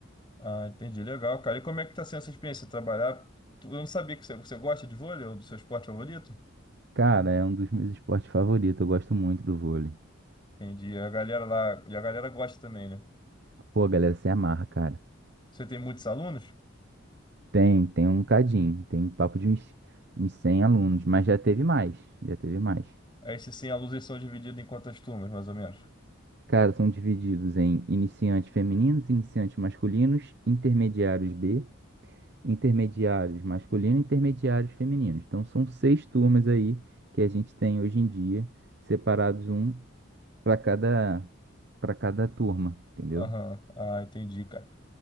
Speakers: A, on the left (about 25°); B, on the right (about 55°).
A: Ah, entendi. Legal, cara. E como é que tá sendo essa experiência? Trabalhar. Tu- Eu não sabia que você, você gosta de vôlei, é o do seu esporte favorito?
B: Cara, é um dos meus esportes favoritos, eu gosto muito do vôlei.
A: Entendi. A galera lá, e a galera gosta também, né?
B: Pô, a galera se amarra, cara.
A: Você tem muitos alunos?
B: Tem, tem um cadinho, tem papo de uns, uns 100 alunos, mas já teve mais, já teve mais.
A: Aí, se sim, alunos eles são divididos em quantas turmas, mais ou menos?
B: Cara, são divididos em iniciantes femininos, iniciantes masculinos, intermediários B, intermediários masculinos, intermediários femininos. Então são seis turmas aí que a gente tem hoje em dia, separados um para cada para cada turma, entendeu?
A: Aham, Ah, entendi, cara.